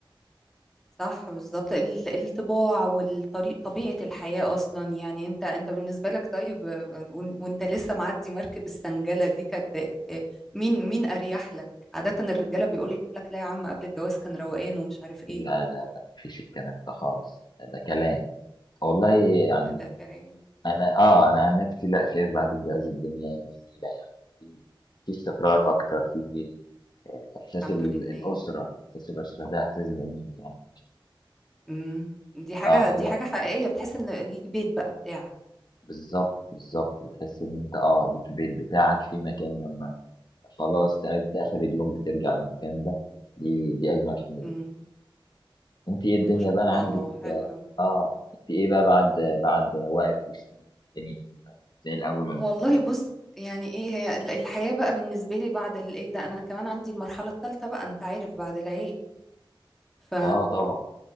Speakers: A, in the centre; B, on the left (about 55°).
A: صح بالظبط ال- الطباع والطريق طبيعة الحياة أصلا يعني أنت أنت بالنسبة لك طيب آه، وإن- وأنت لسه معدي مركب السنجلة دي كانت آه، مين مين أريح لك عادة الرجالة بيقول لك لا يا عم قبل الجواز كان روقان ومش عارف إيه
B: لا لا لا مفيش الكلام ده خالص ده كلام والله يعني
A: ده كلام
B: أنا آه أنا عن نفسي لا شايف بعد الجواز الدنيا جميلة يعني في استقرار أكتر في إحساس
A: الحمد
B: ال-
A: لله
B: الأسرة إحساس الأسرة ده إحساس جميل يعني
A: امم دي حاجة
B: آه حاجة
A: دي حاجة حقيقية بتحس إن ليك بيت بقى بتاعك
B: بالظبط بالظبط بتحس ان انت اه ليك البيت بتاعك في مكان لما خلاص تعبت اخر اليوم بترجع المكان ده دي دي اجمل حاجه
A: امم
B: انت ايه
A: ما
B: الدنيا
A: شاء
B: بقى
A: الله
B: عندك
A: حلو أوي
B: اه انت ايه بقى بعد بعد وقت والسنين الدنيا زي الاول ولا
A: والله
B: مختلف
A: بص يعني ايه هي ال- الحياة بقى بالنسبة لي بعد الايه ده انا كمان عندي المرحلة الثالثة بقى انت عارف بعد العيال ف
B: اه طبعا